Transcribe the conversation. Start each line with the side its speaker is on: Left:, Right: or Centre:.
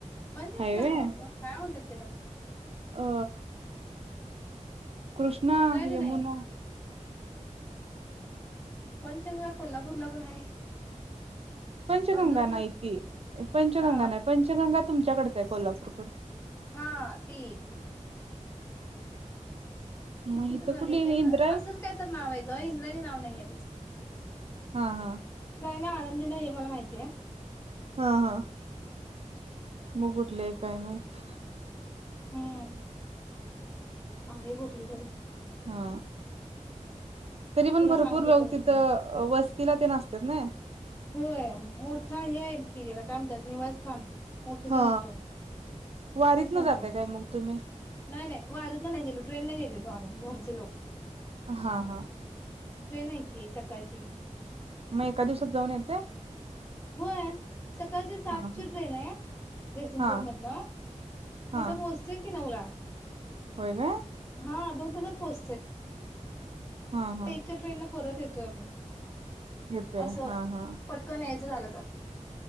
Left: पंजाब
Right: हाय
Left: गाणा
Right: व्हय
Left: हो काय म्हणतात. त्याला
Right: अ कृष्णा
Left: इंद्रायणी
Right: यमुना
Left: नाही पंचंग कोल्हापूरला पण आहे
Right: पंचगंगा
Left: पंढरपुरात
Right: नाहीती पंचगंगा
Left: अ
Right: नाही पंचगंगा तुमच्याकडचं आहे कोल्हापूरकडून
Left: हा ती
Right: मग
Left: कुठली
Right: इथं
Left: तररी मध्ये
Right: इंदिरा आहे
Left: असंच काय तर नाव आहे ग इंद्राणी नाव नाहीय
Right: हा हा
Left: आनंदीला हे मला माहितीय आहे
Right: हा हा मुकुटले कायमत
Left: हम्म आहे कुठली तरी
Right: हा तरी पण
Left: तुला
Right: भरपूर
Left: सांगते
Right: लोक
Left: परत
Right: तिथं
Left: मी
Right: वस्तीला ते नात नाही
Left: होय मोठा हे आहे की त्याला काय म्हणतात निवासस्थान मोठच
Right: हा
Left: मोठ
Right: वारीत
Left: खूप
Right: न
Left: मोठे
Right: जातय
Left: नाही
Right: काय मग तुम्ही
Left: नाही वारीत ना नाही गेलो ट्रेन न गेलेलो आम्ही घरचे लोक
Right: हा हा
Left: ट्रेन आहे की सकाळची
Right: मग एका दिवसात जाऊन येते
Left: होय सकाळची सात
Right: हा
Left: ची ट्रेन आहे जयसिंगपूर
Right: हा
Left: मधनं तीथ
Right: हा
Left: पोहोचते नवला
Right: होय काय
Left: हा दो तसं पोहच
Right: हा हा
Left: एक ट्रेन परत येतोय अ आपण
Right: येते
Left: असं
Right: हा हा
Left: पटकनच झालं का